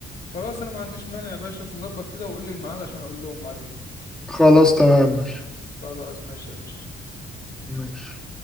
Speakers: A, on the left (about 50°); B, in the centre.
A: خلاص انا ما عنديش مانع يا باشا انت ظبط كده وقول لي الميعاد عشان اقول لهم عليها
B: خلاص تمام ماشي
A: خلاص ماشي يا باشا
B: ماشي